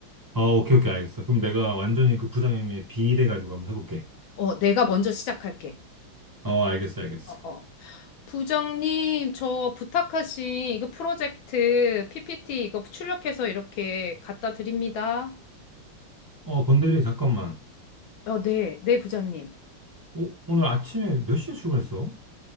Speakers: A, on the right; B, on the left.
A: 아, 오케이, 오케이, 알겠어. 그럼 내가 완전히 그 부장님의 빙의돼가지고 한번 해볼게.
B: 어, 내가 먼저 시작할게.
A: 어, 알겠어, 알겠어.
B: 어, 어. 부장님, 저 부탁하신 이거 프로젝트 PPT 이거 출력해서 이렇게 갖다 드립니다.
A: 어, 건대리, 잠깐만.
B: 어, 네, 네, 부장님.
A: 어, 오늘 아침에 몇 시에 출근했어?